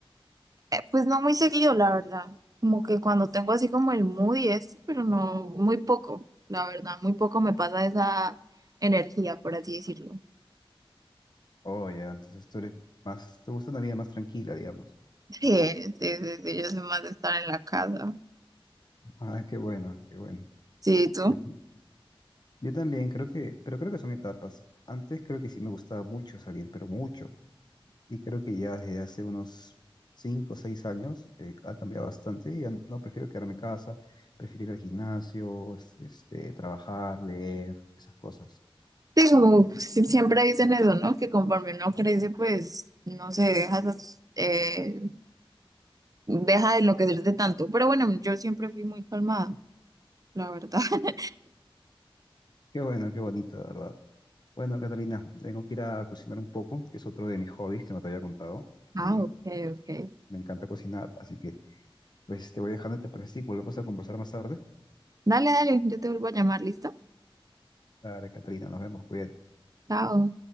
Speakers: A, on the right; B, on the left.
A: Pues no muy seguido, la verdad. Como que cuando tengo así como el mood y esto, pero no, muy poco, la verdad, muy poco me pasa esa energía, por así decirlo. <laughs>
B: Oh, ya, entonces tú eres más, te gusta una vida más tranquila, digamos.
A: Sí, sí, sí, sí, yo soy más de estar en la casa.
B: Ah, qué bueno, qué bueno.
A: Sí, tú.
B: Pues, yo también creo que, pero creo que son etapas. Antes creo que sí me gustaba mucho salir, pero mucho. Y creo que ya desde hace unos cinco o seis años eh, ha cambiado bastante. Y Ya no prefiero quedarme en casa, prefiero ir al gimnasio, es- este, trabajar, leer, esas cosas.
A: Sí, como si- siempre dicen eso, ¿no? Que conforme uno crece, pues, no sé, deja esas, eh, deja de enloquecerse tanto. Pero bueno, yo siempre fui muy calmada, la verdad. <laughs>
B: Qué bueno, qué bonito, de verdad. Bueno, Catalina, tengo que ir a cocinar un poco, que es otro de mis hobbies que no te había contado.
A: Ah,
B: Y
A: ok, ok.
B: me encanta cocinar, así que Pues te voy dejando, ¿te parece? Y volvemos a conversar más tarde.
A: Dale, dale, yo te vuelvo a llamar, ¿listo?
B: Dale, Catrina, nos vemos, cuídate.
A: Chao.